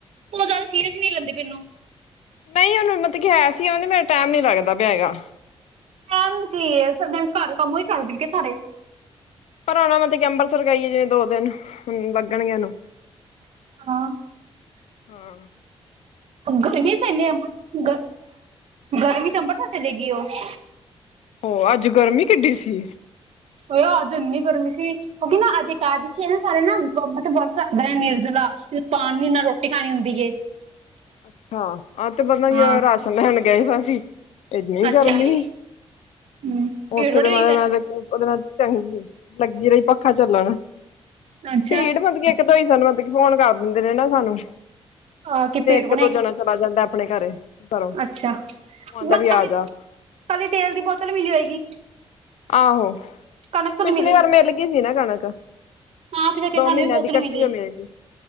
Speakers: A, on the right; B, on the left.
A: ਉਹ ਜ਼ਿਆਦਾ ਸੀਰੀਅਸ ਨੀ ਲੈਂਦੇ ਮੈਨੂੰ।
B: ਨਹੀਂ, ਉਹਨੂੰ ਮਤਲਬ ਕੀ ਹੈ ਸੀ ਉਹਨੂੰ ਮੇਰਾ ਟਾਈਮ ਨਹੀਂ ਲੱਗਦਾ ਪਿਆ ਹੈਗਾ।
A: ਟੈਮ ਕੀ ਏ? ਘਰ ਕੰਮ ਓਹੀ ਕਰਦੀ ਕੇ ਸਾਰੇ?
B: ਪਰ ਆਣਾ ਪਤਾ ਕਿ ਅੰਬਰਸਰ ਗਈ ਏ। ਜਿਵੇਂ ਦੋ ਦਿਨ ਲੱਗਣਗੇ ਉਹਨੂੰ।
A: ਹਾਂ
B: ਹੂੰ।
A: ਗਰਮੀ ਚ ਏਨੀ? ਗ ਗਰਮੀ ਚ ਅੰਬਰਸਰ ਚਲੇਗੀ ਉਹ?
B: ਹੋ, ਅੱਜ ਗਰਮੀ ਕਿੱਡੀ ਸੀ।
A: ਓ ਅੱਜ ਦੇ ਏਨੀ ਗਰਮੀ ਸੀ ਕਿਉਂਕਿ ਅਜ ਅਕਾਦਸ਼ੀ ਏ ਨਾ। ਸਾਰੇ ਨਾ ਮਤਬ ਵਰਤ ਰੱਖਦੇ ਨੇ, ਨਿਰਜਲਾ। ਪਾਣੀ ਨਾ, ਰੋਟੀ ਖਾਣੀ ਹੁੰਦੀ ਏ।
B: ਅੱਛਾ, ਅੱਜ ਤੇ ਪਤਾ ਕੀ
A: ਹਾਂ
B: ਰਾਸ਼ਨ ਲੈਣ ਗਏ ਸਾ ਅਸੀ ਏਨੀ
A: ਅੱਛਾ
B: ਗਰਮੀ।
A: ਹੂੰ
B: ਉੱਥੇ
A: ਭੀੜ ਬੜੀ
B: ਤੇ ਮੈਂ,
A: ਹੋਈ ਫਿਰ
B: ਮੈਂ ਉਹਦੇ ਨਾਲ ਚੰਗੀ ਲੱਗੀ ਰਹੀ ਪੱਖਾ ਚੱਲਣ।
A: ਅੱਛਾ
B: ਭੀੜ ਵੱਧ ਦ ਹੀ ਸਾਨੂੰ, ਮਤਲਬ ਕੀ ਫੋਨ ਕਰ ਦਿੰਦੇ ਨੇ ਨਾ ਸਾਨੂੰ।
A: ਆਹ, ਕਿ ਪੀੜ੍ਹ
B: ਇੱਕ-ਦੋ ਜਣਾ ਚਲਾ ਜਾਂਦਾ, ਆਪਣੇ ਘਰੇ ਘਰੋਂ ਉਹ
A: ਅੱਛਾ।
B: ਆਂਦਾ
A: ਬਸ
B: ਵੀ ਆ
A: ਖਾਲੀ,
B: ਜਾ।
A: ਖਾਲੀ ਤੇਲ ਦੀ ਬੋਤਲ ਮਿਲੀ ਹੋਏਗੀ?
B: ਆਹੋ।
A: ਕਣਕ ਤੋਂ
B: ਪਿਛਲੀ
A: ਨੀ ਮਿਲੀ
B: ਵਾਰ ਮਿਲ ਗਈ ਸੀ ਨਾ ਕਣਕ।
A: ਹਾਂ <unintelligible>
B: ਦੋ
A: ਸਾਨੂੰ
B: ਮਹੀਨਿਆਂ
A: ਵੀ ਬੋਤਲ
B: ਦੀ ਇਕੱਠੀ
A: ਮਿਲੀ
B: ਜੋ
A: ਏ।
B: ਸੀ।